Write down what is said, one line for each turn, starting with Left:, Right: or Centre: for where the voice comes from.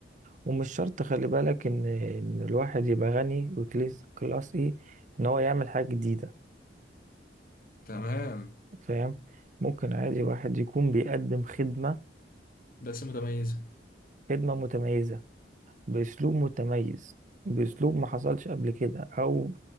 Right: ومش شرط خلي بالك إن إن الواحد يبقى غني وكلاس كلاس إيه إن هو يعمل حاجة جديدة
Left: تمام
Right: فاهم ممكن عادي
Left: مم.
Right: واحد يكون بيقدم خدمة
Left: بس متميزة
Right: خدمة متميزة بأسلوب متميز بأسلوب ما حصلش قبل كده أو